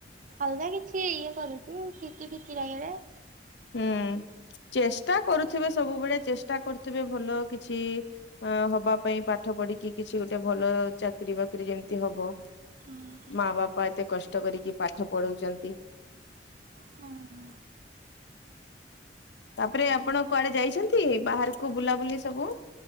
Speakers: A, on the right; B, on the left.
A: ଆଲରେଡି ଠିକ୍ ଇଏ କରିଚୁ କିଛି କିଛି ଜାଗାରେ
B: ହୁଁ ଚେଷ୍ଟା କରୁଥିବେ ସବୁବେଳେ ଚେଷ୍ଟା କରୁଥିବେ ଭଲ କିଛି ଅ ହବା ପାଇଁ ପାଠ ପଢ଼ିକି କିଛି ଗୋଟେ ଭଲ ଚାକିର ବାକିରି ଯେମିତି ହବ।
A: ହଁ।
B: ମା ବାପା ଏତେ କଷ୍ଟ କରିକି ପାଠ ପଢ଼ଉଛନ୍ତି।
A: ହଁ।
B: ତାପରେ ଆପଣ କୁଆଡ଼େ ଯାଇଛନ୍ତି ବାହାରକୁ ବୁଲାବୁଲି ସବୁ?